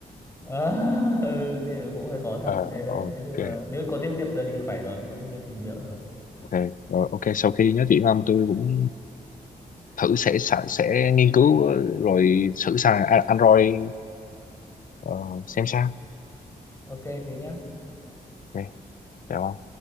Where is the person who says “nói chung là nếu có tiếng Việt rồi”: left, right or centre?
Left